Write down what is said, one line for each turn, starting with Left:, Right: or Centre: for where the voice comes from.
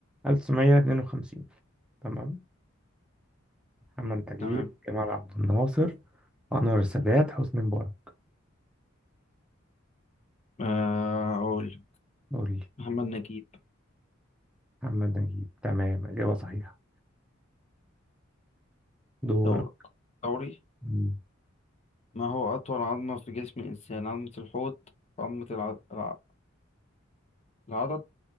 Centre: 1952 تمام محمد
Left: مم،
Centre: نجيب
Left: تمام
Centre: جمال عبد الناصر أنور السادات حسني مبارك
Left: آه، أقول
Centre: قول لي
Left: محمد نجيب
Centre: محمد نجيب تمام إجابة صحيحة دورك
Left: دورك دوري
Centre: م-
Left: ما هو أطول عظمة في جسم الإنسان عظمة الحوض عظمة الع... الع... العضد